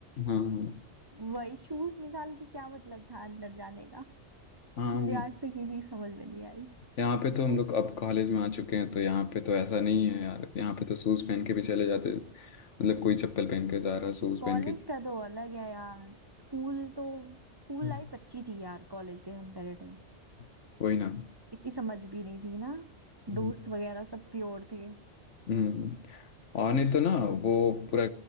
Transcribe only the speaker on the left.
हाँ
हाँ
यहाँ पे तो हम लोग अब कॉलेज में आ चुके हैं तो यहाँ पे तो ऐसा नहीं है यार यहाँ पे तो शूज पहन के भी चले जाते मतलब कोई चप्पल पहन के जा रहा शूज
पहन के
हम्म
<laughs> वही ना
हम्म
हम्म। और नहीं तो ना वो पूरा